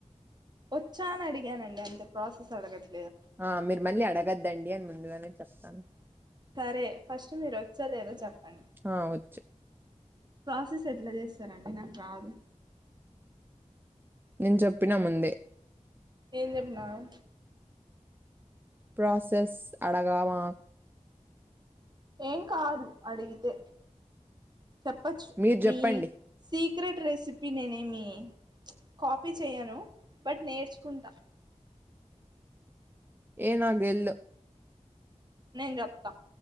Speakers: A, on the right; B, on the right.
A: వచ్చా అని అడిగానండి, అంతే ప్రసెస్ అడగట్లే
B: ఆ మీరు మళ్ళీ అడగద్దండి అని ముందుగానే చెప్తాను.
A: సరే ఫస్ట్ మీరు వచ్చ లేదా చెప్పండి.
B: ఆ వచ్చు
A: ప్రసెస్ ఎట్లా చేస్తారండి, నాకు రాదు
B: నేన్ చెప్పిన ముందే
A: ఏం చెప్పినారు,
B: ప్రసెస్ అడగామా
A: ఏం కాదు అడిగితే చెప్పచ్చు
B: మీరు
A: మీ
B: చెప్పండి
A: సీక్రెట్ రెసిపీ నేనే నేను ఏమి కాఫీ చేయను బట్ నేర్చుకుంటా,
B: ఏనగెల్
A: నేన్ చెప్తా